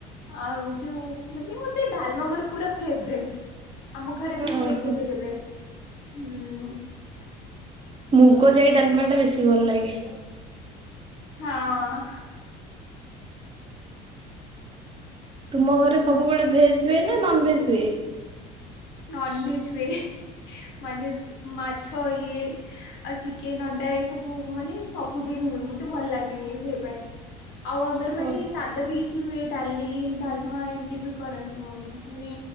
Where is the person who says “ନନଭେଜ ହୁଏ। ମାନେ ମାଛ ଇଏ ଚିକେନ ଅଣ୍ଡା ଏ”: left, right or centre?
Left